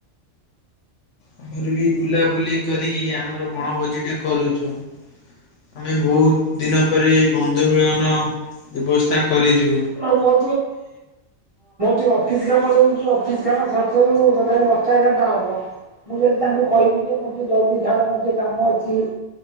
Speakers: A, on the left (about 70°); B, on the right (about 30°).
A: ଆମର ବି ବୁଲାବୁଲି କରିକି ଆମର ବଣଭୋଜି ଟେ କରୁଚୁ। ଆମେ ବହୁତ୍ ଦିନ ପରେ ବନ୍ଧୁ ମିଳନ ବ୍ୟବସ୍ଥା କରିଚୁ।
B: <unintelligible> ହଁ ମୋର ଟିକେ ଅଫିସ୍ କାମ ରହୁଚି ଅଫିସ କାମ ସରୁ ସରୁ ଦଶଟା ଏଗାର୍ ଟା ହବ। ମୁଁ ଯଦି ତାଙ୍କୁ କହିବି ଯେ ମୋତେ ଜଲ୍ଦି ଛାଡ଼ ମୋର ଟିକେ ମୋର ଟିକେ କାମ ଅଛି।